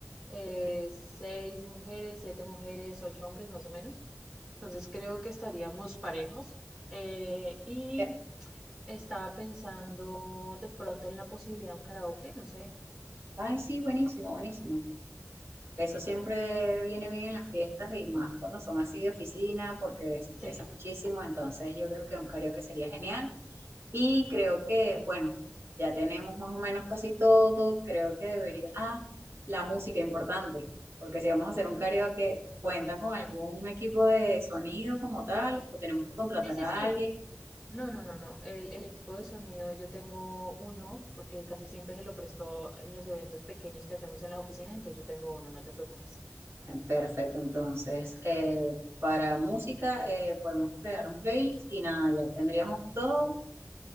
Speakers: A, in the centre; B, on the right.
A: eh, seis mujeres, siete mujeres, ocho hombres más o menos. Entonces creo que estaríamos parejos. Eh, y
B: Eh,
A: estaba pensando de pronto en la posibilidad de un karaoke, no sé.
B: Ay, sí, buenísimo, buenísimo. Eso siempre viene bien en las fiestas y más cuando son así de oficina porque se estresa
A: Sí,
B: muchísimo, entonces yo creo que un karaoke sería genial y creo que, bueno, ya tenemos más o menos casi todo, creo que debería... Ah, la música importante, porque si vamos a hacer un karaoke, ¿cuenta con algún equipo de sonido como tal o tenemos que contratar
A: sí, sí,
B: a
A: sí.
B: alguien?
A: No, no, no, no. El, el equipo de sonido, yo tengo uno, porque casi siempre se lo prestó en los eventos pequeños que hacemos en las oficinas, entonces yo tengo uno, no te preocupes.
B: Perfecto, entonces eh, para música eh, podemos crear un playlist y nada, ya tendríamos todo.